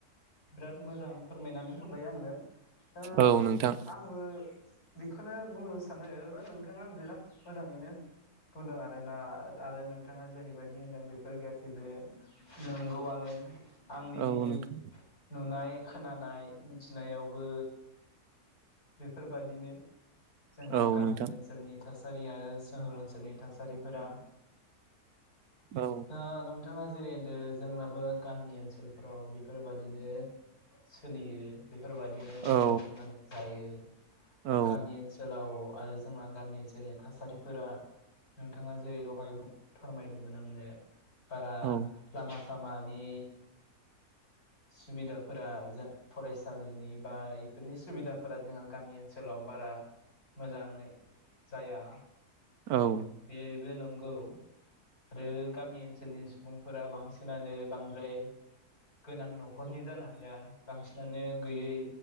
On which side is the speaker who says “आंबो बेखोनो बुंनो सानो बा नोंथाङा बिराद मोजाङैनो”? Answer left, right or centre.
Left